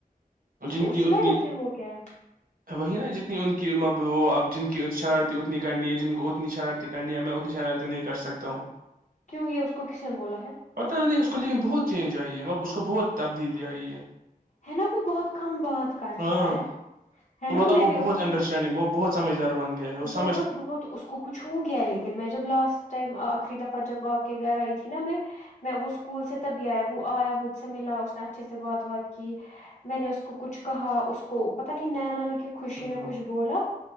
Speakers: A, on the left; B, on the right.
A: اس
B: جن
A: کو اسی
B: کی اتنی
A: وجہ سے ہو گیا
B: وہی نا جتنی ان کی وہ اب جن کی شرارتی اتنی کرنی ہے جن کو اتنی شرارتی کرنی ہے میں اتنی شرارتی نہیں کر سکتا ہوں
A: کیوں یہ اس کو کس نے بولا ہے
B: پتہ نہیں اس کو لیکن بہت چینج آئی ہے م اس کو بہت تبدیلی آئی ہے
A: ہے نا وہ بہت کام بات کرتا
B: ہاں
A: ہے ہے
B: تو
A: نا
B: مطلب
A: میں
B: وہ
A: نے اس
B: بہت
A: کو
B: انڈرسٹینڈنگ وہ بہت سمجھدار بن گیا ہے وہ سمجھ
A: بہت بہت اس کچھ ہو گیا ہے لیکن میں جب لاسٹ ٹائم آخری دفع جب آ کے گھر آئی تھی نہ میں میں وہ اسکول سے تبھی آیا وہ آیا مجھ سے ملا اس نے اچھے سے بات بات کی میں نے اس کو کچھ کہا اس کو پت نہیں نیا ن ن کہ خوشی
B: ہاں،
A: نے کچھ بولا